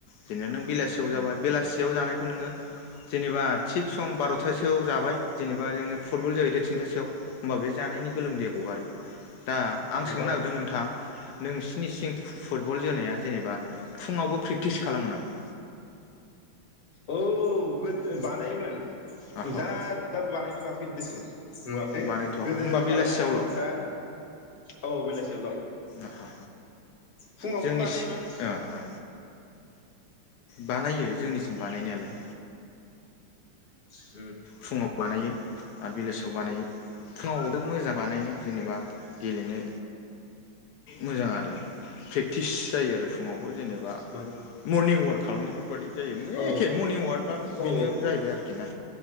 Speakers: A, on the left (about 75°); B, on the left (about 45°).
A: जेनेबा नों बेलासियाव
B: उम
A: जाबाय बेलासियाव जानाय बे खौ नोंङो जेनेबा थिग सम बारथासोआव जाबाय जेनेबा जोंङो फुटबल जाहैदो थिनथासोआव होमबा बे जानायनि गोलोमदैया गगारो दा आं
B: हगारबाय
A: सोंनो नागिरदों नोंथां नोंसिनि सिं फु फुटबल जोनाया जेनेबा फुङावबो प्रेकटिस खालामो नामा
B: औ गो बानायोमोन
A: आहा
B: दा
A: हा
B: दा बानायथवाखै दसु नुवाखै
A: बानायथ'वाखै
B: गोदो
A: होमबा बेलासियावल'
B: बानायोमोन दा औ बेलासिल
A: आहा
B: फुङावबो
A: जोंनि
B: बानायोमोन
A: ओ हा बानायो जोंनिसिम बानायनायालाय
B: <inaudible>
A: फुङाव बानायो आरो बिलेज बानायो फुङावबो मोजां बानायनो जेनेबा गेलेनो मोजां आरो प्रेक्टिस जायो आरो फुङाव जेनेबा
B: मो
A: मर्निं अवाक खालामनायफोरबायाददि जायो
B: औ
A: एखे मर्निं अवाकआ बेनि
B: औ
A: जाहैबाय आरोखि ना